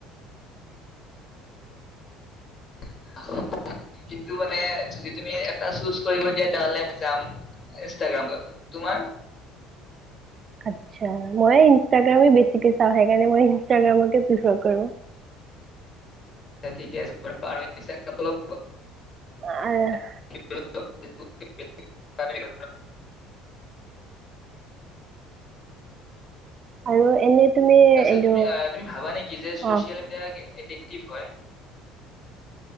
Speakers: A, on the left; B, on the right.
A: <unintelligible> কিন্তু মানে যদি তুমি এটা চুজ কৰিব দিয়া তেনেহলে মই যাম ইনষ্টাগ্ৰাম লগত। তোমাৰ?
B: আচ্ছা, মই ইনষ্টাগ্ৰামে বেছিকে চাওঁ সেইকাৰনে, মই ইনষ্টাগ্ৰামকে প্ৰিফাৰ কৰো।
A: ঠিকে আছে বাৰু ইনষ্টাগ্ৰামটো অলপ <inaudible>
B: অ'
A: <inaudible> আহ আৰু
B: আৰু এনে তুমি
A: আছিল
B: এইটো
A: তুমি তুমি ভাবা নেকি যে চচিয়েল
B: অ
A: মিডিয়া <unintelligible> এক্টিভ হয়।